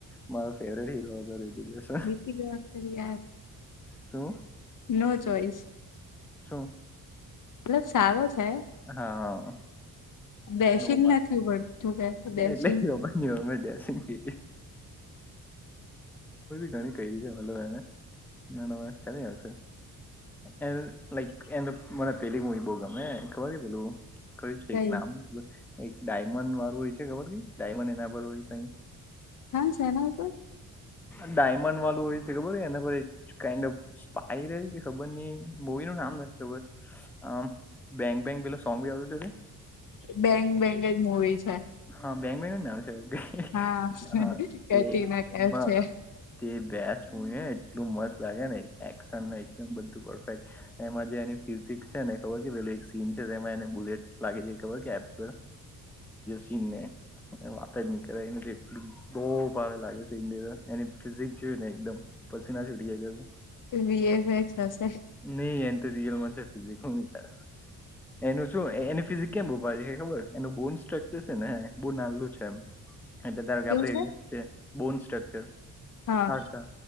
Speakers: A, in the centre; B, on the left.
A: મારો ફેવરેટ હીરો હતો. <unintelligible>
B: રિતિક યાર,
A: શું
B: નો ચોઈસ.
A: શું?
B: અલ સારો છે
A: હા.
B: ડેશિંગ
A: નભ
B: નથી પડતું કે ડેશિંગ
A: એટ <unintelligible> મે એટલેશની ઘણી ક છે મલને. ના ના ચ્યારે આવશે. એ લાઈક એ તો મને પેલીંગું એ બહ ગમે. ખબર કે પેલું કય છે
B: કઈ
A: એક નામ. એક ડાયમંડ વાળું હોય છે ખબર કે ડાયમંડ એના પરર હોય કઈ
B: હા શેના પર
A: ડાયમંડ વાળું હોય છે ખબર હો એના પર કાન્ડ ઓફ સ્પાઈ ર કે ખબર નઈ મૂવી નું નામ નથી ખબર આમ બેક બેક પેલો સોંગ ભી આવડું છે
B: બેંગ બેંગ જ મુવી છે
A: હા બેંગ ના આવ છે
B: હા કેટરીના
A: હ
B: કેફ છે
A: તે બેસ <inaudible> એટલું મસ્ત લાગે એક્શનને બધું પરફેક્ટ એમાં જે એની ફિઝિકસ છે ખબર પેલુ એક સીન છે તેમાં એને બુલેટ લાગી છે ખબર એપ્સ પર ચીનને વાત જ નીકળે એનેટલ બહુ ભારે લાગે સીન એની ફિઝિક જોય ને એકદમ પસી ના છૂટી જાયું
B: એ વીએફએક્સ હશે
A: નહી એ તો રિયલમાં થતુ હતુને ત્યારે એનું શું એની ફિઝિક કેમ બહુ ભારી છે ખબર એનું બોન સ્ટ્રક્ચર છે ને બહુ નાલું છે એમ એટલે ધારો
B: કેવું
A: કે આપે
B: છે
A: બોન સ્ટ્રક્ચર
B: હા
A: હાડકા